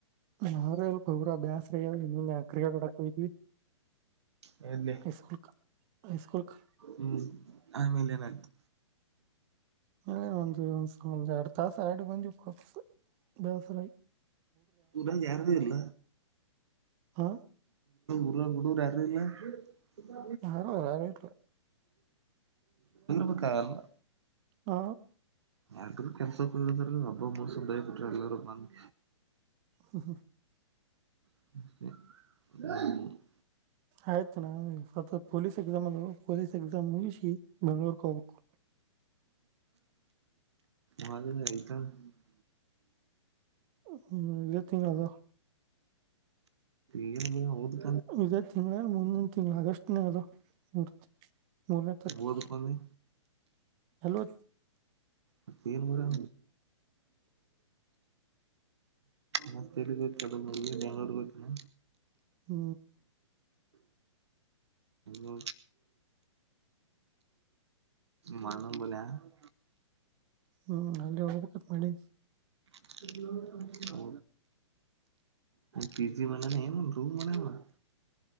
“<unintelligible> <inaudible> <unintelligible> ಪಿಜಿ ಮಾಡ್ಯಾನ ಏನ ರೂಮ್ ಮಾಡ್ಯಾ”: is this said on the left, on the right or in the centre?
Right